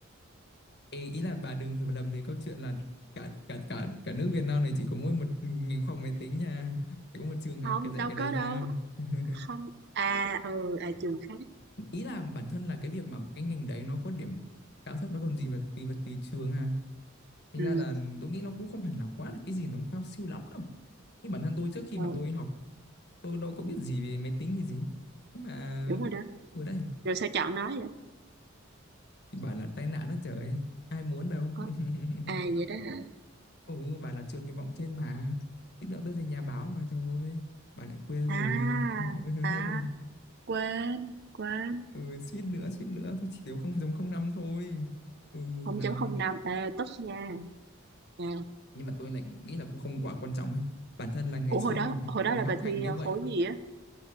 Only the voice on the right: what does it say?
không
đâu
có
đâu
không à ừ à trường khác
ừ,
ừ
đúng rồi đó
rồi sao chọn nó vậy
Ờ,
à vậy đó hả
à
à quên quên
không
chấm không năm à tốt nha à
ủa
hồi đó
hồi đó
là
bà
thi
ờ,
khối gì á